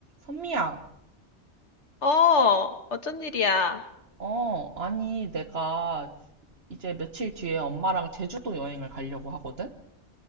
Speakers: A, on the right (about 60°); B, on the left (about 75°).
A: 선미야,
B: 어, 어쩐 일이야?
A: 어, 아니, 내가 이제 며칠 뒤에 엄마랑 제주도 여행을 가려고 하거든?